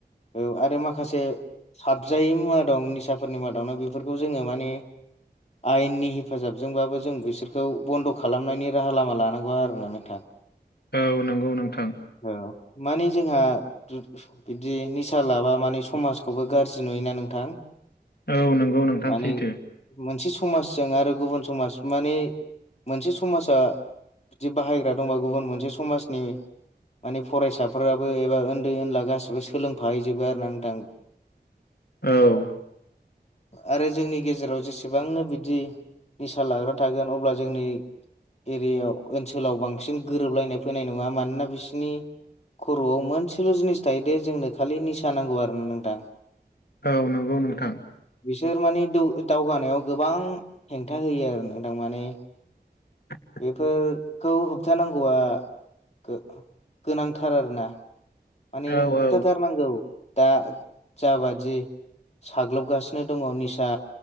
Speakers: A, on the left; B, on the left.
A: औ आरो माखासे साबजायै मुवा दं निसाफोरनि मादावनो बेफोरखौ जोङो माने आयेननि हेफाजाबजोंबाबो जों बिसोरखौ बन्द' खालामनायनि राहा लामा लानांगौ आरोना नों थां
B: औ नोंगौ नोंथां
A: औ माने जोंहा बिदि निसा लाबा माने समाजखौबो गाज्रि नुयोना नोंथां
B: औ नंगौ नोंथां
A: माने
B: सैथो
A: मोनसे समाजजों आरो गुबुन समाज माने मोनसे समाजा बिदि बाहायग्रा दंबा गुबुन मोनसे समाजनि माने फरायसाफोराबो एबा उन्दै ओनला गाैबो सोलोंफाहैजोबो आरो ना नोंथां
B: औ
A: आरो जोंनि गेजेराव जेसेबांनो बिदि निसा लाग्रा थागोन अब्ला जोंनि एरियायाव ओनसोलाव बांसिन गोरोबलायनाय फैनाय नङा मानोना बिसिनि खर'आव मोनसेल' जिनिस थायोदे जोंनो खालि निसा नांगौ आरोना नोंथां
B: औ नंगौ नोंथां
A: बिसोर माने दौ दावगानायाव गोबां हेंथा होयो आरो नोंथां माने
B: <unintelligible>
A: बेफोरखौ होबथानांगौआ गो गोनांथार आरोना मानि
B: औ
A: होबथा
B: औ
A: थार नांगौ दा जाबादि साग्लोबगासिनो दङ निसा